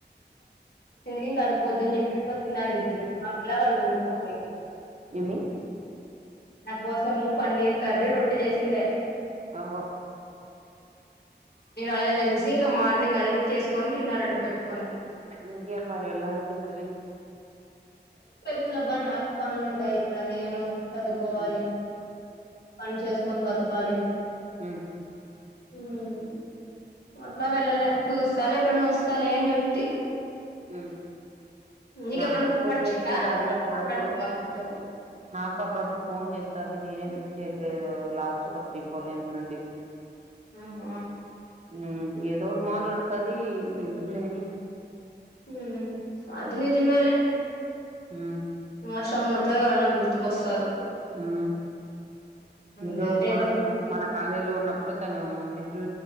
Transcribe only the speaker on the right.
ఏమి
ఆహో
ఇంకేం మరి ఎలా చెంటది
ఉమ్
ఉమ్
ఉమ్
నాకు
ఫోన్ చేస్తుంటది
అప్పుడప్పుడు
నాకు అప్పుడప్పుడు ఫోన్ చేస్తది నేనే లిఫ్ట్ చేయట్లేదు లాస్ట్ ఒక త్రీ ఫోర్ టైమ్స్ నుండి
ఉ ఏదో ఒకటి మాట్లాడుతది ఎందుకు లేని
ఉ
ఊ నిలో
మన
మన కాలేజీ లో ఉన్నప్పుడు తను నెహ్రూ